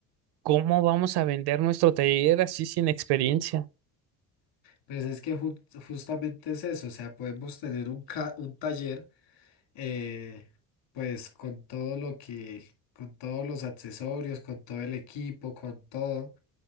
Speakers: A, on the right (about 55°); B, on the left (about 65°).
A: ¿cómo vamos a vender nuestro taller así sin experiencia?
B: Pues es que ju- justamente es eso, o sea, podemos tener un, ca- un taller. eh, pues con todo lo que, con todos los accesorios, con todo el equipo, con todo,